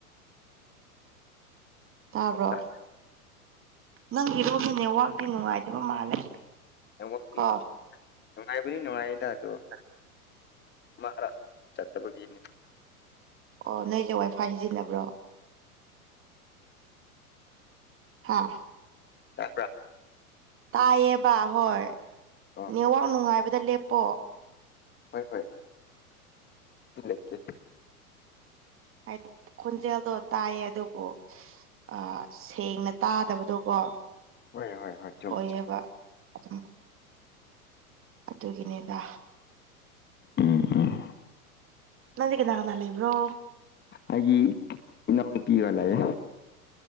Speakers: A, on the right; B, on the left.
A: ꯇꯥꯕ꯭ꯔꯣ
B: ꯑꯃꯨꯛ ꯇꯥꯗꯦ
A: ꯅꯪꯒꯤꯔꯣꯝꯗ ꯅꯦꯠꯋꯥꯛꯇꯤ ꯅꯨꯡꯉꯥꯏꯇꯕ ꯃꯥꯜꯂꯦ
B: ꯅꯦꯋꯛꯇꯤ
A: ꯀꯣ
B: ꯅꯨꯡꯉꯥꯏꯕꯅꯤ ꯅꯨꯡꯉꯥꯏꯌꯦꯗ ꯑꯗꯣ
A: ꯑꯗꯣ
B: ꯃꯥꯔ ꯆꯠꯇꯕꯒꯤꯅꯤ
A: ꯑꯣ ꯅꯣꯏꯁꯦ ꯋꯥꯏꯐꯥꯏ ꯁꯤꯖꯤꯟꯅꯕ꯭ꯔꯣ ꯍꯥꯥ
B: ꯇꯕ꯭ꯔꯥ
A: ꯇꯥꯏꯌꯦꯕ ꯍꯣꯏ
B: ꯑꯣ
A: ꯅꯦꯋꯥꯛ ꯅꯨꯡꯉꯥꯏꯕꯗ ꯂꯦꯞꯄꯣ
B: ꯍꯣꯏ ꯍꯣꯏ <unintelligible> ꯂꯦꯞꯀꯦ
A: ꯍꯥꯏꯗꯤ ꯈꯣꯟꯖꯦꯜꯗꯣ ꯇꯥꯏꯌꯦ ꯑꯗꯨꯕꯨ ꯑꯥ ꯁꯦꯡꯅ ꯇꯥꯗꯕꯗꯣꯀꯣ
B: ꯍꯣꯏ ꯍꯣꯏ ꯍꯣꯏ ꯆꯨꯝꯃꯦ
A: ꯑꯣꯏꯌꯦꯕ
B: ꯆꯨꯝꯃꯦ
A: ꯑꯗꯨꯝ ꯑꯗꯨꯒꯤꯅꯦꯗ
B: ꯎꯝ ꯎꯝ
A: ꯅꯪꯗꯤ ꯀꯅꯥ ꯀꯅꯥ ꯂꯩꯕ꯭ꯔꯣ
B: ꯑꯩꯒꯤ ꯏꯅꯥꯎ ꯅꯨꯄꯤꯒ ꯂꯩꯑꯦ